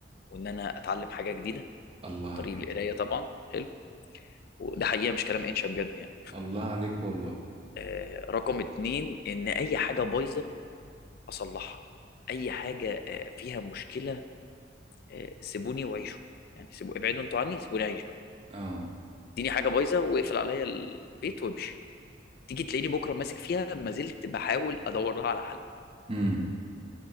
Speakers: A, on the left; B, on the right.
A: وان انا اتعلم حاجه جديده
B: الله
A: عن
B: عليك
A: طريق القرايه طبعا حلو وده حقيقه مش كلام انشا بجد يعني
B: الله عليك والله
A: آه، رقم اتنين ان اي حاجه بايظه اصلحها اي حاجه آه، فيها مشكله آه، سيبوني وعيشوا يعني سيبوا ابعدوا انتوا عني سيبوني اعيش بقى
B: اه
A: اديني حاجه بايظه واقفل عليا البيت وامشي تيجي تلاقيني بكره ماسك فيها ما زلت بحاول ادور لها على حل
B: مم.